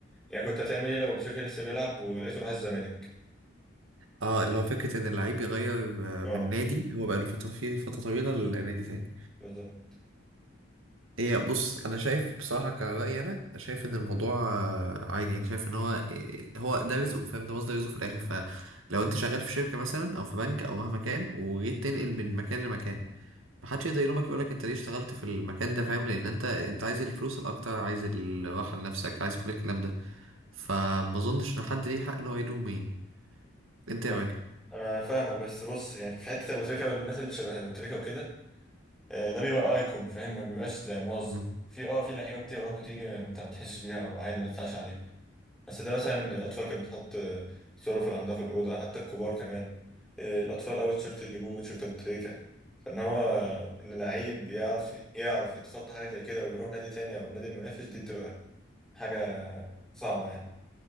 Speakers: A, in the centre; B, on the right.
A: يعني كنت هتعمل ايه لو ابو تريكة لسه بيلعب ولقيته راح الزمالك
B: اه اللي هو فكرة إن اللعيب يغير
A: اه
B: أه، من نادي هو بقاله فترة فيه فترة طويلة لنادي تاني
A: بالظبط
B: هي بص انا شايف بصراحه كرايي انا شايف ان الموضوع آه، عادي يعني شايف ان هو آه، هو ده رزقه فاهم ده مصدر رزقه في الاخر فلو انت شغال في شركه مثلا او في بنك او مهما كان وجيت تنقل من مكان لمكان محدش يقدر يلومك يقول لك انت ليه اشتغلت في المكان ده فاهم لان انت انت عايز الفلوس الاكتر عايز الراحه لنفسك عايز كل الكلام ده فما اظنش ان حد ليه حق ان هو يلوم ايه انت
A: انا
B: يا
A: ف... انا فاهمك بس بص يعني في حته ابو تريكه والناس اللي شبه ابو تريكه وكده آه، ده بيبقى ايكون فاهم ما بيبقاش زي موظف
B: راجل
A: في اه في لعيبه بتروح وتيجي انت ما تحسش بيها او عادي ما تزعلش عليها بس ده مثلا الاطفال كانت بتحط آه، صوره في عندها في الاوضه حتى الكبار كمان آه، الاطفال اول تيشيرت يجيبوه تيشيرت ابو تريكه فان هو ان لعيب يعرف يعرف يتخطى حاجه زي كده ويروح نادي تاني او النادي المنافس دي بتبقى حاجه صعبه